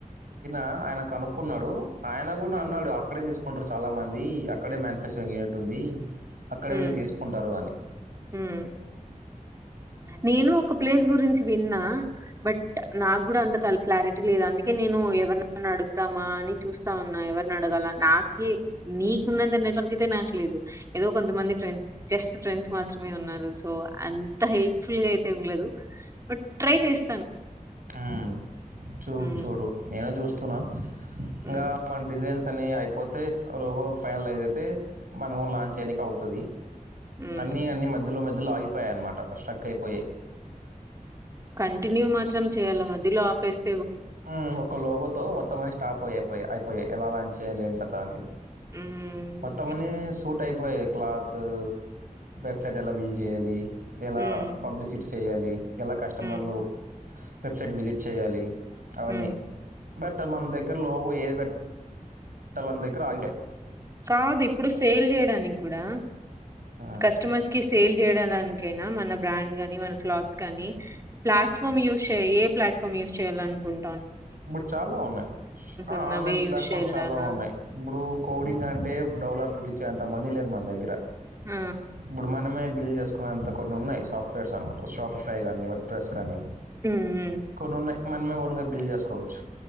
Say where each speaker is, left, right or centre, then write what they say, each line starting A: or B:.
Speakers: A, on the right (about 85°); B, on the right (about 20°).
A: ఆ ఆయన కనుక్కున్నాడు ఆయన కూడా
B: ఉమ్
A: అన్నాడు అక్కడే తీసుకు కుంటరు చాలా మంది అక్కడే మ్యానుఫ్యాక్చరింగ్ అయినట్టు ఉంది అక్కడ వెళ్ళి
B: ఉమ్
A: తీసుకుంటారు అని
B: ఉమ్ నేను ఒక ప్లేస్ గురించి విన్నా బట్ నాకు కూడా అంత క్లారిటీ లేదు అందుకే నేను ఎవరి అడుగుదా అని చూస్తా ఉన్నా ఎవరిని అడగాల నాక నీకున్నంత నెట్వర్క్ అయితే నా లేదు ఏదో కొంతమంది ఫ్రెండ్స్ జస్ట్ ఫ్రెండ్స్ మాత్రమే ఉన్నారు సో అ ఫుల్ గా అయితే ఏం లేదు బట్ ట్రై చేస్త
A: హు చూడు
B: హ్మ్.
A: చూడు నేనే చూస్తున్నా
B: హ్మ్.
A: ఇంగా మన డిజైన్ స్ అన్ని అయిపోతే లోగో ఫైనలైజ్ అయితే మనం లాంచ్ చేయనికి అవుతుంది
B: హ్మ్.
A: అన్నీ అన్ని మధ్యలో మధ్యలో ఆగిపోయాయిన్నమాట స్ట్రక్ అయిపోయాయి
B: కంటిన్యూ మాత్రం చేయాల మధ్యలో ఆపేస్త
A: హు ఒక్క లోగోతో మొత్తం అని స్టాప్ అయియిపోయి అయిపోయాయి ఎలా లాంచ్ చేయాలలే ఏం కథ అనేది
B: హ్మ్.
A: మొత్తం అన్ని సోట్ అయిపోయ క్లాత్ వెబ్సైట్ ఎలా బిల్డ్ చేయాలి ఎలా
B: హ్మ్.
A: పబ్లిసిటీ చేయాలి ఎలా కస్టమర్లు
B: హ్మ్.
A: వెబ్సైట్ విజిట్ చేయాలి అవన్నీ
B: హ్మ్.
A: బెటర్ మన దగ్గర లోగో ఏది బట్ట పెట్టాలని దగ్గర ఆగినము
B: కాదు ఇప్పుడు సేల్ చేయడానికి కూడా
A: ఆ,
B: కస్టమర్స్ కి సేల్ చేయాలనికి డానికి మన బ్రాండ్ గాని మన ఫ్లాట్స్ గాని ప్లాట్ఫామ్ యూస్ చెయ్ ఏ ప్లాట్ ఫామ్ చేయాలనుకొం
A: ఇప్పుడు చాలా ఉన్నాయి ఆ
B: ఉన్నవే
A: ఆన్లైన్ ప్లాట్ఫామ్స్
B: యూజ్ చేయాలనా?
A: చాలా ఉన్నాయి ఇప్పుడు కోడింగ్ అంటే టే డెవలప్ర్కి చేదాము అని మనీ లేదు మన దగ్గర
B: ఆ
A: ఇప్పుడు మనమే బిల్డ్ చేసుకునేంత కొన్నిన్నాయి సాఫ్ట్వేర్స్ అన్నామాట షాప్ సైజ్ అని వట్ ప్రెస్ కానీ
B: హ్మ్. హ్మ్.
A: కొన్ని ఉన్నాయి మనమే ఓన్ బిల్ చేసుకోవచ్చు